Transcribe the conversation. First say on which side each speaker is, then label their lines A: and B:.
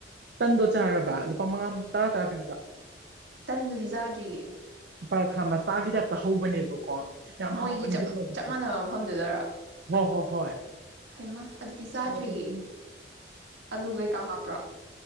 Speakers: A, on the right; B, on the right.
A: ꯇꯟꯗꯣ ꯆꯥꯔꯕ ꯂꯨꯄꯥ ꯃꯉꯥ ꯇꯔꯥ ꯇꯔꯥ ꯄꯤꯕꯗꯣ
B: ꯇꯟꯗꯨꯗꯤ ꯆꯥꯗ꯭ꯔꯤꯌꯦ
A: ꯄꯥꯔꯊꯥ ꯃꯆꯥꯒꯤ ꯇꯥꯏꯞꯇ ꯍꯧꯕꯅꯦꯕꯀꯣ ꯌꯥꯝ
B: ꯃꯣꯏꯒꯤ
A: ꯍꯥꯎꯕꯅꯤ
B: ꯆꯞ
A: ꯏꯕꯦꯝꯃ ꯑꯗꯨꯁꯨ
B: ꯆꯞ ꯃꯥꯟꯅꯕ ꯃꯐꯝꯗꯨꯗꯔꯣ
A: ꯍꯣꯏ ꯍꯣꯏ ꯍꯣꯏ
B: ꯍꯩꯃꯥ ꯑꯗꯨꯗꯤ ꯆꯥꯗ꯭ꯔꯤꯌꯦ
A: ꯍꯥꯎꯕꯅꯤ ꯏꯕꯦꯝꯃ
B: ꯑꯂꯨ ꯀꯩꯀꯥ ꯍꯥꯞꯄ꯭ꯔꯣ